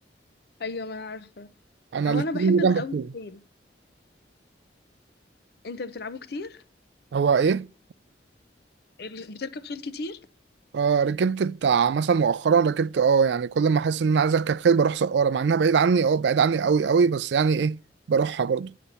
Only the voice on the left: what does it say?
أيوة ما أنا عارفة
أهو
أنا بحب
قوي
الخيل أنت بتلعبه كتير؟
ال- بتركب خيل كتير؟